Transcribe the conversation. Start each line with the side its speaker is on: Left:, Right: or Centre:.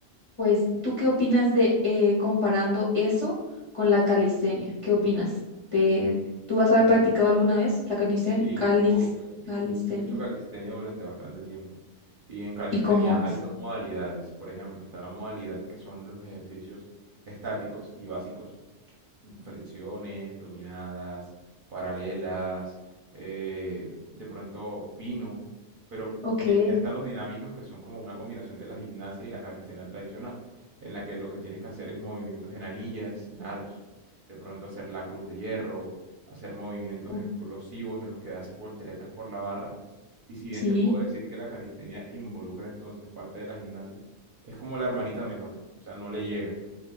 Left: pues, ¿tú qué opinas de eh, comparando eso con la calistenia? ¿Qué opinas? ¿Te, tú has practicado alguna vez la calistenia?
Right: Sí, yo, yo, yo,
Left: calistenia?
Right: yo he hecho calistenia durante bastante tiempo. Y en calistenia
Left: ¿Y cómo es?
Right: hay dos modalidades. Por ejemplo, está la modalidad que son los ejercicios estáticos y básicos, flexiones, dominadas, paralelas, eh, de pronto pino, pero
Left: Ok.
Right: ya ya están los dinámicos que son como una combinación de la gimnasia y la calistenia tradicional, en la que lo que tienes que hacer es movimientos en anillas, en aros, de pronto hacer la cruz de hierro, hacer movimientos
Left: Uh,
Right: explosivos en los que haces volteretas por la barra. Y si bien
Left: Sí.
Right: te puedo decir que la calistenia involucra entonces parte de la gimnasia, es como la hermanita menor, o sea, no le llega,